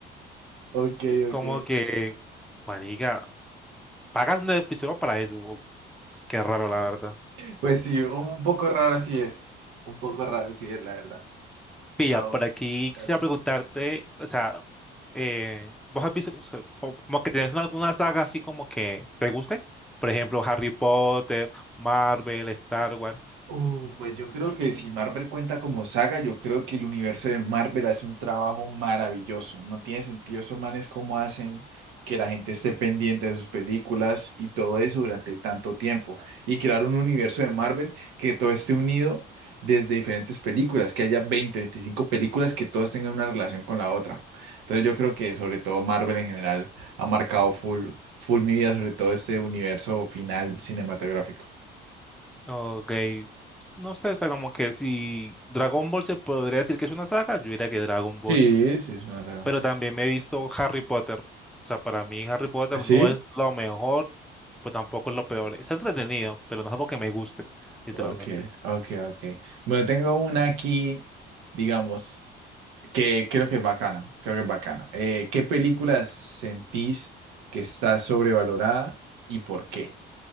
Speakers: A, on the right; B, in the centre.
A: Ok,
B: Es como
A: ok.
B: que, marica, pagas Netflix solo para eso. Uf, pues qué raro, la verdad.
A: Pues sí, un un poco raro así es. Un poco raro así es, la verdad.
B: Pilla,
A: Ah,
B: por
A: oh,
B: aquí quisiera
A: dale.
B: preguntarte, o sea, eh, ¿vos has visto o sea, como, como que tienes alguna saga así como que te guste? Por ejemplo, Harry Potter, Marvel, Star Wars.
A: Uh, pues yo creo que si Marvel cuenta como saga, yo creo que el universo de Marvel hace un trabajo maravilloso. No tiene sentido esos manes cómo hacen que la gente esté pendiente de sus películas y todo eso durante tanto tiempo. Y crear un universo de Marvel que todo esté unido desde diferentes películas, que haya 20, 25 películas que todas tengan una relación con la otra. Entonces yo creo que sobre todo Marvel en general ha marcado full, full mi vida, sobre todo este universo final cinematográfico.
B: Ok, no sé, o sea, como que si Dragon Ball se podría decir que es una saga, yo diría que Dragon Ball.
A: Sí, sí, es una saga.
B: Pero también me he visto Harry Potter. O sea, para mí Harry Potter
A: ¿Sí?
B: no es lo mejor, pero tampoco es lo peor. Está entretenido, pero no es algo que me guste, literalmente.
A: Ok, ok, ok. Bueno, tengo una aquí, digamos, que creo que es bacana, creo que es bacana. Eh, ¿qué película sentís que está sobrevalorada y por qué?